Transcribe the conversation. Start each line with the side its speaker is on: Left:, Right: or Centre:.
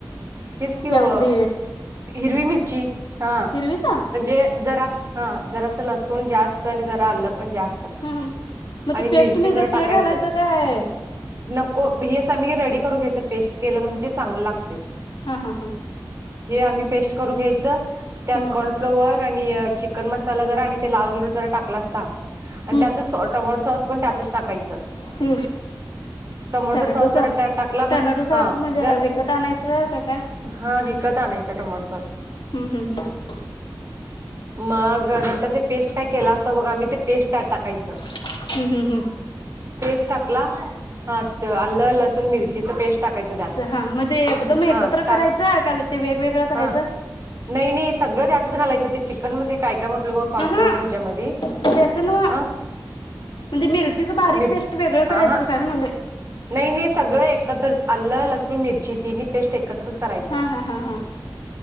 Right: हेच कि
Left: हे
Right: ओ
Left: आपली
Right: हिरवी मिरची हां.
Left: हिरवीचा
Right: म्हणजे जरा हा जरा असं लसूण जास्त आणि जरा आलं पण जास्त.
Left: हां हां मग
Right: आणि
Left: ते
Right: मिरची
Left: पेस्ट मीळतेे
Right: जरा टाकायचं
Left: ते घालायचं काय?
Right: नको हेच आम्ही रेडी करून घ्यायच पेस्ट केलं म्हणजे चांगलं लागते.
Left: हा हा हां
Right: हे आम्ही पेस्ट करून घ्यायचं. त्यात
Left: हं,
Right: कॉर्नफ्लोअर आणि चिकन मसाला जरा आणि ते लाल कलर जरा टाकला असता. आणि
Left: हं,
Right: त्याच
Left: हं.
Right: टमाटो सॉस पण त्यातच टाकायचं
Left: हू
Right: टोमॅटो
Left: टमॅटो
Right: जरा
Left: सॉस
Right: त्यात टाकला मग
Left: टॅमॅटो सॉस
Right: हा
Left: म्हणजे
Right: जर
Left: विकत आणायचं का काय?
Right: हा विकत आणायचं टोमॅटो सॉस.
Left: हं, हं हं
Right: मग नंतर ते पेस्ट काय केलं असतं बघा आम्ही ते पेस्ट त्यात टाकायचं.
Left: हम्म हम् हम्म
Right: पेस्ट टाकला हा आलं, लसूण, मिरचीच पेस्ट टाकायचं त्यात.
Left: हा म्हणजे एकदम एकत्र
Right: हा टाक
Left: करायच का ते वेगवेगळं करायचं?
Right: हा नाही नाही सगळं त्यातच घालायचं ते चिकन मध्ये काय काय म्हटलं ब कॉर्नफ्लवर
Left: हां
Right: ह्याच्यामध्ये
Left: ते असं ना
Right: अ
Left: म्हणजे मिरचीच बारीक
Right: मिर
Left: पेस्ट वेगळं
Right: हा
Left: करायंच
Right: हा
Left: का म्हणालोय.
Right: नाही नाही सगळं एकत्रच आलं, लसूण, मिरची, तिनी पेस्ट एकत्रच. करायचं
Left: हां हां हां हां